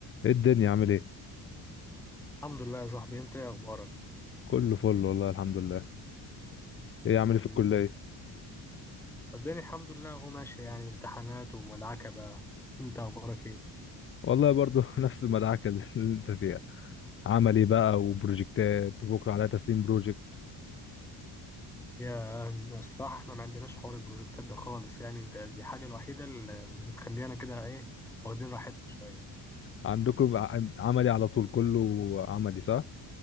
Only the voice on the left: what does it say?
ايه الدنيا عامل ايه
كله فل والله الحمد لله ايه عامل
ايه في الكليه
والله برضو <laughs> نفس المدعكه اللي انت فيها عملي بقى وبروجكتات وبكره عليها تسليم بروجكت
عندكم ع- عملي على طول كله عملي صح